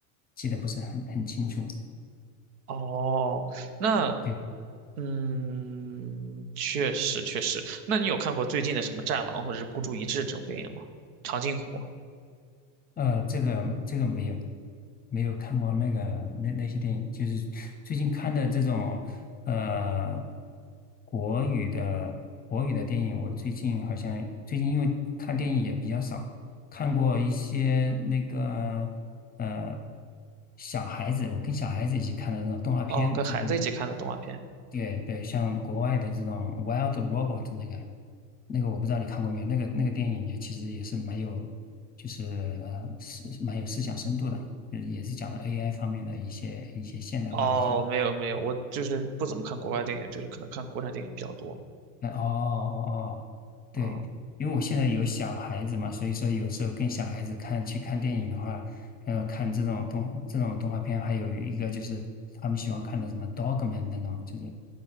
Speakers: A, on the left; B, on the right.
A: 记得不是很很清楚。
B: 哦，那，
A: 对。
B: 嗯，确实确实。那你有看过最近的什么《战狼》或者是《孤注一掷》这种电影吗？长津湖。
A: 呃，这个这个没有，没有看过那个那那些电影，就是最近看的这种呃国语的国语的电影，我最近好像最近因为看电影也比较少，看过一些那个呃小孩子，我跟小孩子一起看的那种动画片，
B: 哦，跟孩子一起看的动画片。
A: 就是。对对，像国外的这种《Wild Robot》那个，那个我不知道你看过没有，那个那个电影也其实也是蛮有，就是呃思蛮有思想深度的，就是也是讲了 AI 方面的一些一些现代化的一些
B: 哦，没有没有，我就是不怎么看国外电影，就是可能看国产电影比较多。
A: 那哦哦哦，对，
B: 啊、
A: 因为我现在有小孩子嘛，所以说有时候跟小孩子看去看电影的话，呃，看这种动这种动画片，还有一个就是他们喜欢看的什么《Dogman》那种，就是